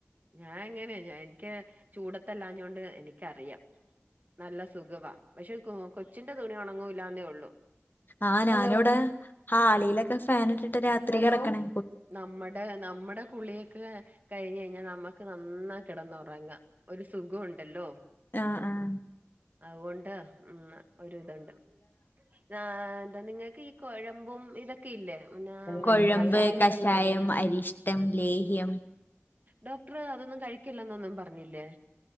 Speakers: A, on the right; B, on the left.
A: ഞാൻ അങ്ങനെ ഞാന് എനിക്ക് ചൂടത്തല്ലാഞ്ഞോണ്ട് എനി ക്കറിയാം നല്ല സുഖവാ പക്ഷെ കൊ കൊച്ചിന്റെ തുണി ഒണങ്ങൂല്ലാന്നേ ഒള്ളൂ.
B: ആഹ് ഞാന്‌ അവിടെ ഹാളിയിലൊക്കെ ഫാനിട്ടിട്ടാ രാത്രി കെട്ക്ക്ണേ.
A: നമ്മടെ നമ്മടെ കുളിയൊക്കെ- കഴിഞ്ഞ് കഴിഞ്ഞ നമ്മക്ക് നന്നായി കെടന്ന് ഒറങ്ങാം ഒരു സുഖം ഒണ്ടല്ലോ.
B: ആഹ് ആഹ്
A: അതുകൊണ്ട് ഇന്ന് ഒരു ഇത് ഒണ്ട്. ആഹ് എന്താ നിങ്ങക്ക് ഈ കൊഴമ്പും ഇതൊക്കെയില്ലേ പിന്നെ മറ്റേ
B: കൊഴമ്പ്
A: കഷായം?
B: കഷായം, അരിഷ്ട്ടം ലേഹ്യം
A: ഡോക്ടറ് അതൊന്നു കഴിക്കല്ലന്നൊന്നും പറഞ്ഞില്ലേ?